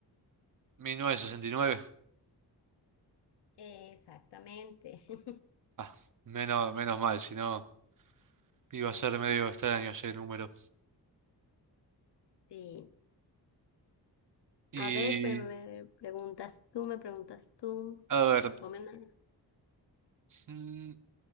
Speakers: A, on the right; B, on the left.
A: 1969.
B: Exactamente. <laughs>
A: Ah, menos, menos mal, si no iba a ser medio extraño ese número.
B: Sí.
A: Y
B: A ver, pe- pe- preguntas tú, me preguntas tú.
A: a ver,
B: Ponme una-
A: mm,